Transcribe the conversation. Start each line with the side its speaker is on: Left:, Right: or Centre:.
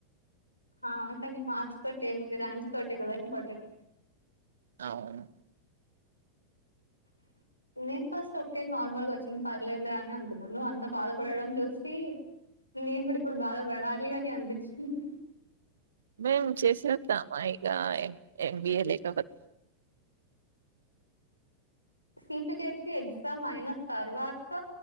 Left: ఆ కానీ మార్క్స్ తోటేముంది ర్యాంక్స్ తోటే కదా ఇంపార్టెంట్
Right: అవును
Left: <inaudible> నేను ఫస్ట్ ఓకె నార్మల్గా వచ్చింది పర్లేదులే అని అనుకున్న నువ్వు అంత బాధపడడం చూసి నేను కూడా ఇప్పుడు బాధ పడాలి అని అనిపించింది
Right: మేము చేసేద్దామా ఇగ ఏంబిఎ లేక
Left: సిపిగెట్ కి ఎగ్జామ్ అయిన తర్వాత